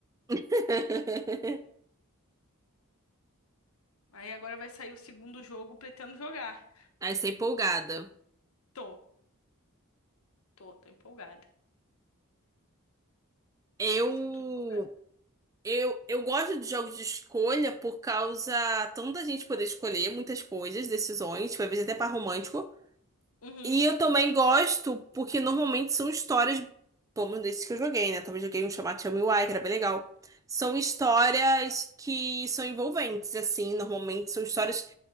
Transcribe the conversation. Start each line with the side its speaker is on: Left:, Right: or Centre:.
Right: <laughs>
Left: Aí agora vai sair o segundo jogo, pretendo jogar.
Right: Aí sei empolgada.
Left: Tô, tô, tô empolgada.
Right: Eu,
Left: Esse eu tô empolgada.
Right: eu, eu gosto de jogos de escolha por causa tanto da gente poder escolher muitas coisas, decisões, tipo, às vezes até par romântico.
Left: Uhum,
Right: E eu também gosto porque normalmente são histórias, pelo menos desses que eu joguei, né? Também joguei um chamado Tell Me Why, que era bem legal. São histórias que são envolventes, assim, normalmente são histórias